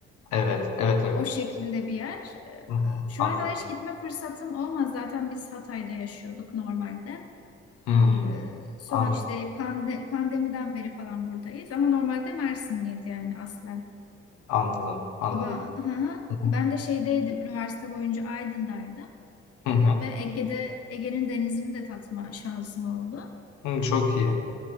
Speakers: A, on the left; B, on the left.
A: Evet, evet, evet.
B: o şekilde bir yer. E,
A: Hı hı,
B: Şu
A: anladım.
B: ana kadar hiç gitme fırsatım olmaz. Zaten biz Hatay'da yaşıyorduk normalde.
A: Hımm.
B: Ee, son
A: Anladım,
B: işte pande pandemiden beri falan buradayız. Ama normalde Mersinliyiz yani aslen.
A: anladım, anladım.
B: Baba, hı hı.
A: Hı
B: Ben
A: hı.
B: de şeydeydim, üniversite boyunca Aydın'daydım.
A: Hı
B: Ee,
A: hı.
B: ve Ege'de, Ege'nin denizini de tatma şansım oldu.
A: Hımm, çok iyi.